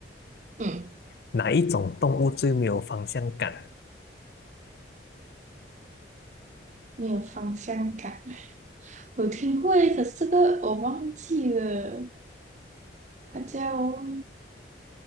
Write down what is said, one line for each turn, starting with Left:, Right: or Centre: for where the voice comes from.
Right: 嗯，
Left: 哪一种动物最没有方向感？
Right: 没有方向感。我听过一个可是这个我忘记了，它叫。